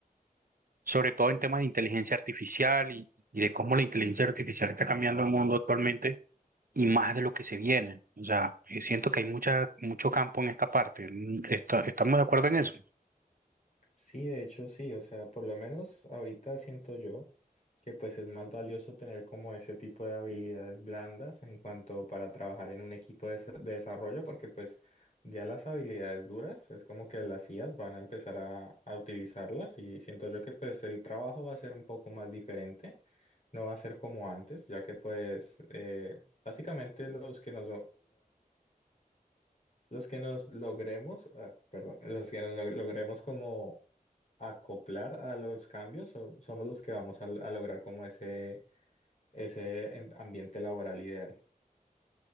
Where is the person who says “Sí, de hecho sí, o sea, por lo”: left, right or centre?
Left